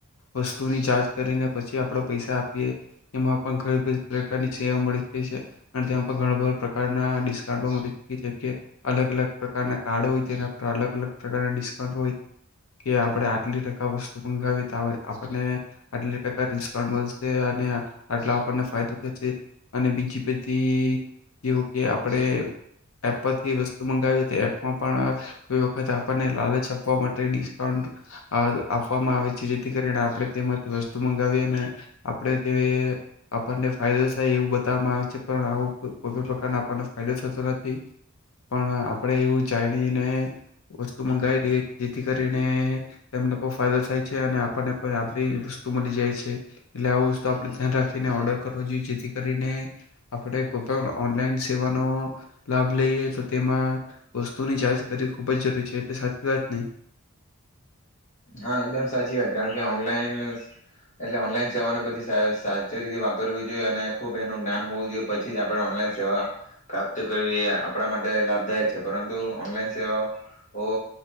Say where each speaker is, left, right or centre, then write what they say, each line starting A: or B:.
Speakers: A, on the left (about 70°); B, on the left (about 35°).
A: વસ્તુની જાચ કરીને પછી આપડ પૈસા એમાં પણ ઘણી બધી પ્રકારની સેવા મળી છે અને તેમાં પણ ઘણા બધા પ્રકારના ડિસ્કાન્ટ મળી જે અલગ અલગ પ્રકારના કાર્ડ હોય છે તેના પર અલગ અલગ પ્રકારનાિસ્ઉ હોય કે આપણે આટલી ટકા વસ્તુ મંગાવી આપને આટ ટઉ આટલો ફાયદો અને બીજી બધી એવું કે આપણે એપ પરથી વસ્તુ મંગાવ એપમાં પણ કોઈ વખત આપણને લાલચ આપવા માટે ડિસ્કાઉન્ટ આપવામાં આવે છે જેથી કરીને આપણે તેમાંથી વસ્તુ મંગાવી અને આપણે તે આપણને ફાયદો થાય એવું બતાવવામાં આવે છે પણ આવું કોઈ પણ પ્રકારના આપણને ફાયદો થતો નથી પણ આપણે એવું જાણીને વસ્તુ મંગાવી લઈએ જેથી કરીને એને પણ ફાયદો થાય છે અને આપણને પણ આપણી વસ્તુ મળી જાય છે એટલે આ વસ્તુ આપણે ધ્યાન રાખીને ઓર્ડર કરવા જોઈએ જેથી કરીને આપણે કોઈ પણ ઓનલાઈન સેવાનો લાભ લઈએ તો તેમાં વસ્તુની જાંચ કરવી ખૂબ જ જરૂરી છે એલે સાચી વાત નહી
B: હા એકદમ સાચી વાત કારણ કે ઓનલાઈન એટલે ઓનલાઈન સેવાને બધી સાચી રીતે વાપરવી જોઈએ અને ખુબ એનું જ્ઞાન હોવું જોઈએ પછી જ આપણે ઓનલાઈન સેવા પ્રાપ્ત કરવી એ આપણા માટે લાભદાયક છે પરંતુ ઓનલાઈન સેવાઓ